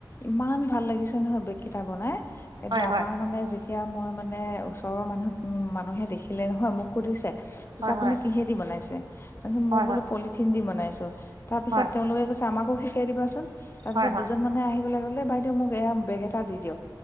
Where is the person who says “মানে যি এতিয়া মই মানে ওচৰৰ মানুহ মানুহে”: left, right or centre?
Left